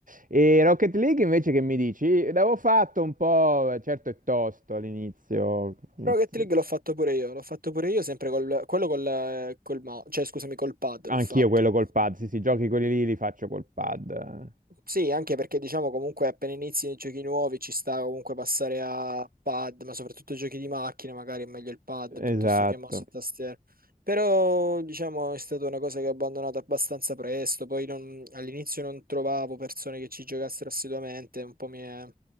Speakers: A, on the right; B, on the right.
A: E Rocket League invece che mi dici? L'avevo fatto un po', certo è tosto all'inizio, inizi-
B: Rocket League l'ho fatto pure io, l'ho fatto pure io sempre col, quello col, col mouse, cioè scusami, col pad
A: anch'io
B: l'ho fatto.
A: quello col pad, sì sì, giochi quelli lì li faccio col pad.
B: Sì, anche perché diciamo comunque appena inizi nei giochi nuovi ci sta comunque passare a pad, ma soprattutto giochi di macchina, magari è meglio il pad piuttosto
A: Esatto.
B: che mouse e tastiera. Però diciamo è stata una cosa che ho abbandonato abbastanza presto, poi non- all'inizio non trovavo persone che ci giocassero assiduamente, un po' mi è,